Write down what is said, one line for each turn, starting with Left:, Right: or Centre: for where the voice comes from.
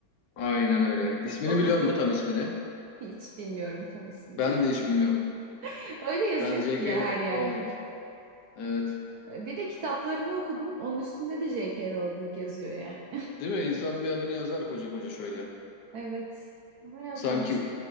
Left: Aynen öyle. İsmini
Right: Okudum.
Left: biliyor musun tam ismini?
Right: Hiç bilmiyorum tam ismini.
Left: Ben de hiç bilmiyorum.
Right: <laughs> Öyle yazıyor
Left: Ben J.K.
Right: ki ya her yerde.
Left: Rowling. Evet.
Right: Bir de kitaplarını okudum. Onun üstünde de J.K. Rowling yazıyor yani.
Left: Değil mi? İnsan bir adını yazar koca koca şöyle.
Right: <laughs> Evet. Ama yazmamış.
Left: Sanki